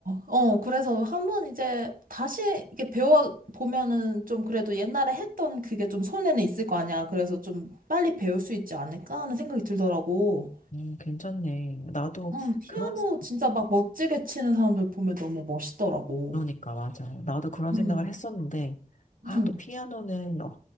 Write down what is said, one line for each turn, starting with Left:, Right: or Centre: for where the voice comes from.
Right: 어, 그래서 한번 이제 다시 이렇게 배워보면은 좀 그래도 옛날에 했던 그게 좀 손에는 있을 거 아니야. 그래서 좀 빨리 배울 수 있지 않을까 하는 생각이 들더라고.
Left: 음, 괜찮네. 나도
Right: 응, 피아노
Left: 그런, 생-
Right: 진짜 막 멋지게 치는 사람들 보면 너무 멋있더라고.
Left: 그러니까, 맞아. 나도 그런
Right: 응,
Left: 생각을 했었는데, 아,
Right: 응.
Left: 또 피아노는, 어,